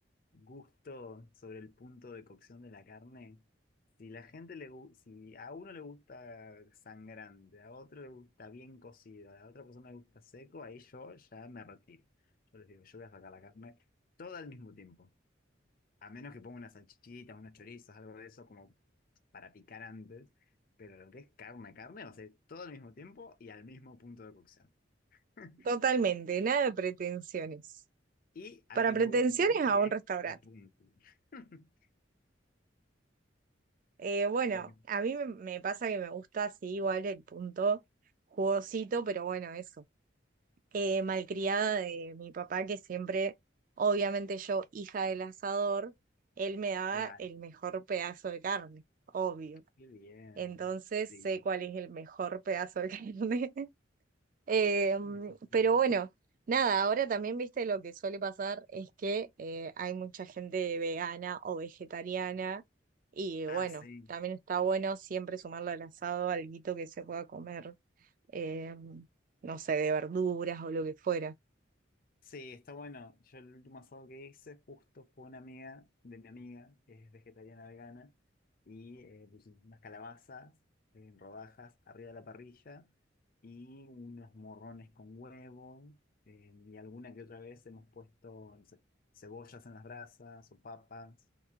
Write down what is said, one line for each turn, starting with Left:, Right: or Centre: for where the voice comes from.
Left: Gusto sobre el punto de cocción de la carne. Si la gente le gu- si a uno le gusta sangrante, a otro le gusta bien cocido, a otra persona le gusta seco, ahí yo ya me retiro. Yo les digo, yo voy a sacar la carne toda al mismo tiempo. A menos que ponga unas salchichitas, unos chorizos, algo de eso como para picar antes. Pero lo que es carne, carne, va a ser todo al mismo tiempo y al mismo punto de cocción. <laughs>
Right: Totalmente. Nada de pretensiones.
Left: Y al
Right: Para
Left: que
Right: pretensiones
Left: me gusta a mí,
Right: a
Left: que
Right: un
Left: es
Right: restaurante.
Left: la punta. <laughs>
Right: Eh, bueno,
Left: Porque,
Right: a mí me me pasa que me gusta así igual el punto jugosito, pero bueno, eso. eh, malcriada de mi papá, que siempre, obviamente yo, hija del asador, él me daba
Left: claro.
Right: el mejor pedazo de carne, obvio.
Left: Muy bien.
Right: Entonces
Left: Sí.
Right: sé cuál es el mejor pedazo de <laughs> carne. Eh,
Left: Sí. <laughs>
Right: pero bueno, nada, ahora también, viste, lo que suele pasar es que eh, hay mucha gente vegana o vegetariana y
Left: Ah,
Right: bueno,
Left: sí.
Right: también está bueno siempre sumarle al asado alguito que se pueda comer, eh, no sé, de verduras o lo que fuera.
Left: Sí, está bueno. Yo el último asado que hice justo fue una amiga de mi amiga, que es vegetariana vegana, y eh, pusimos unas calabazas en rodajas arriba de la parrilla y unos morrones con huevo, eh, y alguna que otra vez hemos puesto, no sé, cebollas en las brasas o papas,